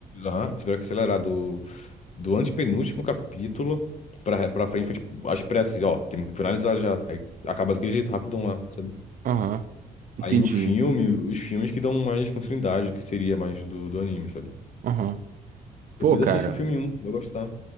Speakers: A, on the left; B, on the right.
A: aham, tiveram que acelerar do, do antepenúltimo capítulo pra, pra frente, foi tipo, às pressas, ó, temos que finalizar já. Aí acaba daquele jeito, rapidão lá, sabe?
B: Aham. Entendi.
A: Aí o filme, os filmes que dão mais continuidade, o que seria mais do, do anime, sabe?
B: Aham.
A: Depois
B: Pô, cara.
A: assiste o filme um tu vai gostar.